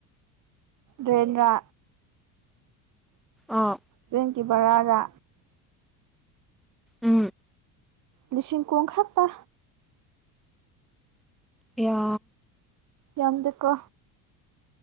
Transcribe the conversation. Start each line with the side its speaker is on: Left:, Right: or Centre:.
Right: ꯔꯦꯟꯔꯥ
Centre: ꯑꯥ
Right: ꯔꯦꯟꯒꯤ ꯕꯔꯥꯔ
Centre: ꯎꯝ
Right: ꯂꯤꯁꯤꯡ ꯀꯨꯟꯈꯛꯇ
Centre: ꯏꯌꯥ
Right: ꯌꯥꯝꯗꯦꯀꯣ